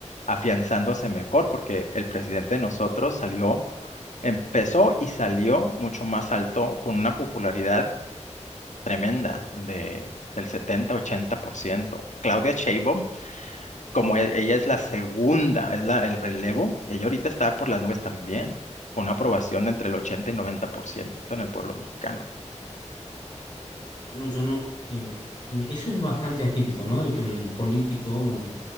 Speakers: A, on the left (about 75°); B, on the left (about 40°).
A: afianzándose mejor, porque el presidente de nosotros salió, empezó y salió mucho más alto con una popularidad tremenda de, del setenta ochenta por ciento Claudia Sheinbaum como e- ella es la segunda, es la, el relevo, ella ahorita está por las nubes también, con una aprobación de entre el 80 y 90% en el pueblo mexicano.
B: Bueno, yo no. eh, me- eso es bastante atípico, ¿no? De que un político, un-